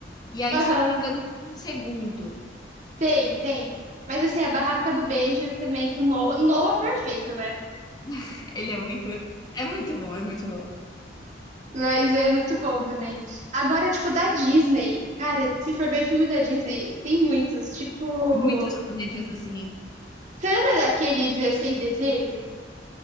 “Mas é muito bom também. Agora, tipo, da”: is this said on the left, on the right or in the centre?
Right